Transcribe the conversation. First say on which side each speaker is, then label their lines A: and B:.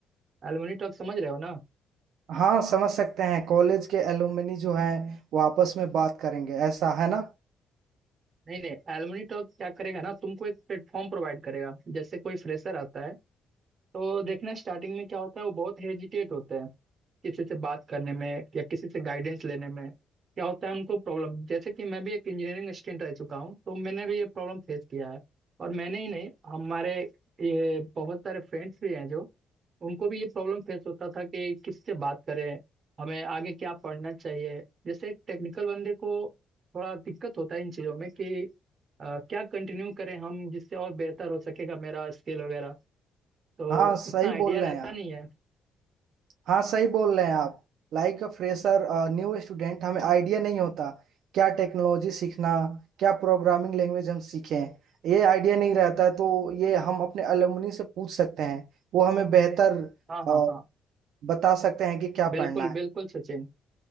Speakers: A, on the right; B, on the right.
A: एलुमनी टॉक समझ रहे हो ना
B: हाँ समझ सकते हैं कॉलेज के एलुमनी जो हैं वो आपस में बात करेंगे ऐसा है ना
A: नहीं नहीं एलुमनी टॉक क्या करेगा ना तुमको एक प्लेटफॉर्म प्रोवाइड करेगा जैसे कोई फ्रेशर आता है तो देखना स्टार्टिंग में क्या होता है वो बहुत हेजिटेट होते हैं किसी से बात करने में या किसी से गाइडेंस लेने में क्या होता है उनको प्रॉब्लम जैसे कि मैं भी एक इंजीनियरिंग स्टूडेंट रह चुका हूँ तो मैंने भी ये प्रॉब्लम फेस किया है और मैंने ही नहीं हमारे ये बहुत सारे फ्रेंड्स भी हैं जो उनको भी ये प्रॉब्लम फेस होता था कि किससे बात करें हमें आगे क्या पढ़ना चाहिए जैसे एक टेक्निकल बंदे को थोड़ा दिक्कत होता है इन चीज़ों में कि अ, क्या कंटिन्यू करें हम जिससे और बेहतर हो सकेगा मेरा स्किल वगैरह तो
B: हाँ सही
A: उतना आइडिया
B: बोल
A: रहता
B: रहे हैं आप
A: नहीं है
B: हाँ सही बोल रहे हैं आप Like a fresher new student हमें आइडिया नहीं होता क्या टेक्नोलॉजी सीखना क्या प्रोग्रामिंग लैंग्वेज हम सीखें ये आइडिया नहीं रहता है तो ये हम अपने अलुमनी से पूछ सकते हैं वो हमें बेहतर
A: हाँ हाँ
B: अ,
A: हाँ
B: बता सकते हैं कि क्या
A: बिल्कुल
B: पढ़ना है
A: बिल्कुल सचिन